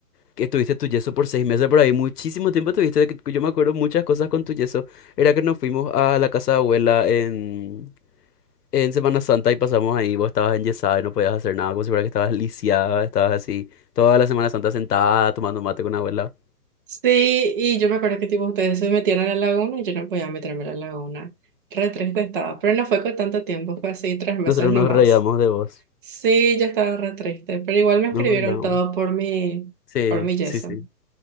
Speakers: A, on the left (about 75°); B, on the right (about 35°).
A: que tuviste tu yeso por seis meses por ahí, muchísimo tiempo tuviste, de que yo me acuerdo muchas cosas con tu yeso. Era que nos fuimos a la casa de abuela en, en Semana Santa y pasamos ahí, vos estabas enyesada y no podías hacer nada, como si fuera que estabas lisiada, estabas así, toda la Semana Santa sentada tomando mate con abuela.
B: Sí, y yo me acuerdo que tipo ustedes se metieron a la laguna y yo no podía meterme a la laguna. Re triste estaba, pero no fue con tanto tiempo, fue así tres meses
A: Nosotros
B: nomás.
A: nos reíamos de vos,
B: Sí, yo estaba re triste, pero igual me escribieron
A: nos burlábamos.
B: todo por mi,
A: Sí,
B: por mi yeso.
A: sí, sí,